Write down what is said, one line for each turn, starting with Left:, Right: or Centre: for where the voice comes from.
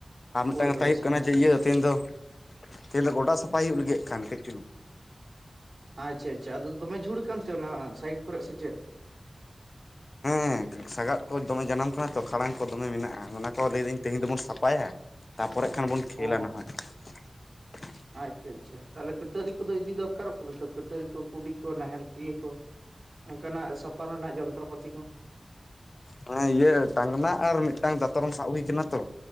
Left: ᱟᱨ ᱢᱤᱜᱴᱟᱝ
Right: ᱦᱳᱭ
Left: ᱠᱟᱛᱷᱟ
Right: ᱦᱳᱭ
Left: ᱦᱩᱭᱩᱜ
Right: ᱥᱚᱢᱚᱭ
Left: ᱠᱟᱱᱟ ᱡᱮ
Right: ᱥᱚᱢᱚᱭ
Left: ᱤᱭᱟᱹ ᱛᱮᱦᱮᱧ ᱫᱚ ᱛᱮᱦᱮᱧ ᱫᱚ ᱜᱚᱰᱟ ᱥᱟᱯᱟᱭ ᱦᱩᱭᱩᱜ ᱞᱟᱹᱜᱤᱜ ᱠᱷᱟᱱ <unintelligible>
Right: ᱟᱪᱪᱷᱟ ᱟᱪᱪᱷᱟ ᱟᱫᱚ ᱫᱚᱢᱮ ᱡᱷᱩᱲ ᱠᱟᱱ ᱥᱮ ᱚᱱᱟ ᱥᱟᱭᱤᱰ ᱠᱚᱨᱮ ᱥᱮ ᱪᱮᱫ?
Left: ᱦᱮᱸ ᱥᱟᱜᱟᱫ ᱠᱚ ᱫᱚᱢᱮ ᱡᱟᱱᱟᱢ ᱠᱟᱱᱟ ᱛᱚ ᱠᱷᱟᱲᱟᱝ ᱠᱚ ᱫᱚᱢᱮ ᱢᱮᱱᱟᱜᱼᱟ ᱚᱱᱟ ᱠᱚ ᱞᱟᱹᱭ ᱫᱟᱹᱧ ᱛᱮᱦᱤᱧ ᱫᱚᱵᱚᱱ ᱥᱟᱯᱟᱭᱟᱺ ᱟᱯᱷᱚᱨ ᱮᱫ ᱠᱷᱟᱱ ᱵᱚᱱ
Right: ᱚ
Left: <inaudible>
Right: ᱟᱪᱪᱷᱟ ᱟᱪᱪᱷᱟ, ᱛᱟᱦᱚᱞᱮ ᱠᱟᱹᱴᱟᱹᱨᱤ ᱠᱚᱫᱚ ᱤᱫᱤ ᱫᱚᱨᱠᱟᱨ-ᱚᱜ ᱠᱟᱱᱟ ᱛᱚ, ᱠᱟᱹᱴᱟᱹᱨᱤ ᱠᱚ, ᱠᱩᱰᱤ ᱠᱚ, ᱱᱟᱦᱮᱞ ᱤᱭᱟᱹ ᱠᱚ ᱚᱱᱠᱟ ᱱᱟᱜ ᱥᱟᱯᱟ ᱨᱮᱱᱟᱜ ᱡᱚᱱᱛᱨᱚ ᱯᱟᱹᱛᱤ ᱠᱚ᱾
Left: ᱢᱟᱱᱮ ᱤᱭᱟᱹ ᱴᱟᱝᱱᱟ ᱟᱨ ᱢᱤᱫᱴᱟᱝ ᱫᱟᱛᱨᱚᱢ ᱥᱟᱵ ᱦᱩᱭ ᱠᱟᱱᱟ ᱛᱚ᱾